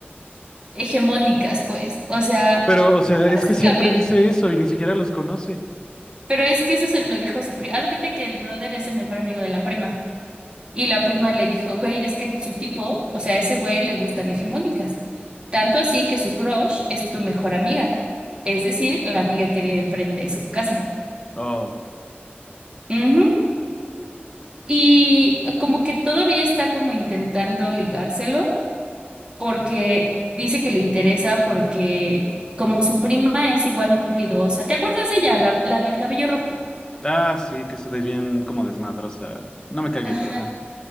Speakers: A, on the right (about 25°); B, on the left (about 15°).
A: hegemónicas, pues. O sea,
B: Pero, o sea, es
A: básicamente,
B: que siempre dice eso y ni siquiera los conoce.
A: pero es que eso se lo dijo su prima. Haz de cuenta que el brother es el mejor amigo de la prima. Y la prima le dijo, güey, es que su tipo, o sea, a ese güey le gustan hegemónicas. Tanto así que su crush es tu mejor amiga, es decir, la amiga que vive enfrente de su casa.
B: Oh.
A: Ujú. Y como que todavía está como intentando ligárselo, porque dice que le interesa porque como su prima es igual muy ruidosa. ¿Te acuerdas de ella, la, la del cabello rojo?
B: Ah, sí, que eso es bien como desmadrosa. No me cae bien,
A: Ajá.
B: pero ajá.